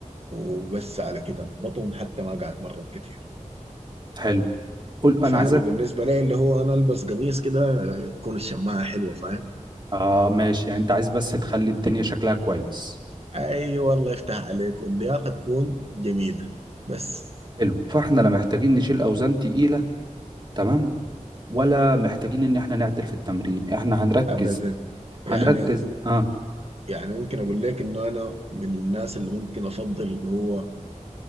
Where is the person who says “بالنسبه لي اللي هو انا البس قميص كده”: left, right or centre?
Right